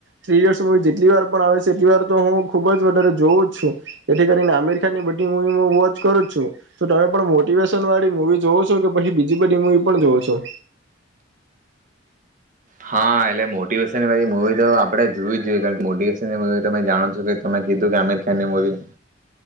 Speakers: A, on the right; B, on the right.
A: થ્રી ઈડીયટ્સ મૂવી જેટલી વાર પણ આવે છે એટલી વાર તો હું ખુબ જ વધારે જોવ જ છું. જેથી કરીને આમીર ખાનની બધી મુવી હું વોચ કરું જ છું. તો તમે પણ મોટિવેશન વાળી મુવી જોવો છો કે પછી બીજી બધી મુવી પણ જોવો છો?
B: હા એટલે મોટિવેશનવાળી મુવી તો આપડે જોવી જ જોઈએ, કારણ કે મોટીવેશન ની <unintelligible> તમે જાણે છે કે તમે કીધું કે આમિર ખાન ની મૂવી